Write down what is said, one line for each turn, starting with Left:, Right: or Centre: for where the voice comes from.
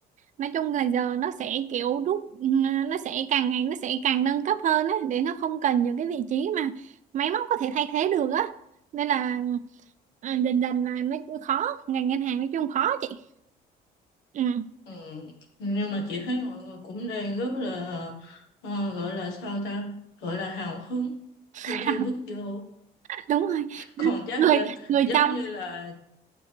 Right: nói chung là giờ nó sẽ kiểu rút ừ, nó sẽ càng ngày nó sẽ càng nâng cấp hơn á để nó không cần những cái vị trí mà máy móc có thể thay thế được á nên là à, dần dần là nó khó ngành ngân hàng nói chung khó chị ừ.
Left: ừ. nhưng mà chị thấy mọi người cũng đang rất là ờ, gọi là sao ta gọi là hào hứng
Right: <laughs>
Left: khi chưa bước vô
Right: đúng rồi
Left: còn chắc
Right: người
Left: ờ,
Right: người
Left: giống
Right: trong
Left: như là